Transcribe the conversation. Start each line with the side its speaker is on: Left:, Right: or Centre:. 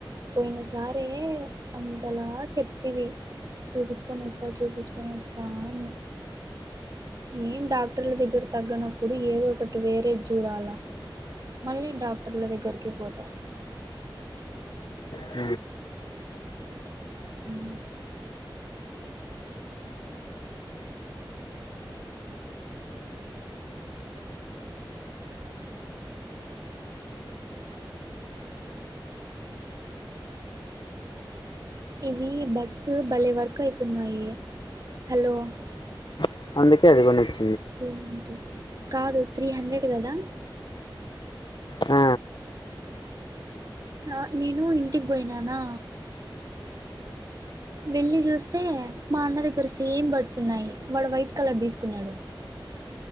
Right: పోయిన సారి అంతలా చెప్తివి చూపించుకొని వస్తా చూపించుకొని వస్తా అని ఏం డాక్టర్ల దగ్గర తగ్గనప్పుడు ఏదో ఒకటి వేరేది చూడాలా మళ్ళీ డాక్టర్ల దగ్గరకి పోతావ్
Left: అ
Right: మ్ ఇవి బడ్స్ భలే వర్క్ అయితున్నాయి హలో
Left: ఆ అందుకే అది కొనిచ్
Right: సేమ్ టి కాదు త్రీ హండ్రెడ్ కదా
Left: ఆ
Right: ఆ నేను ఇంటికి పోయినానా. వెళ్లి చూస్తే మా అన్న దగ్గర సేమ్ బర్డ్స్ ఉన్నాయి వాడు వైట్ కలర్ తీసుకున్నాడు.